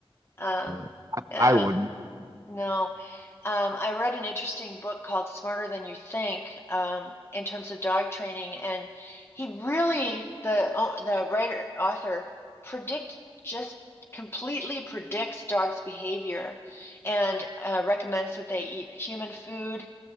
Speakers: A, on the left; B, on the right.
A: Um,
B: But I,
A: yeah.
B: I wouldn't.
A: No. Um, I read an interesting book called Smarter Than You Think, um, in terms of dog training, and he really, the oh, the writer author predict just completely predicts dogs' behavior and uh, recommends that they eat human food,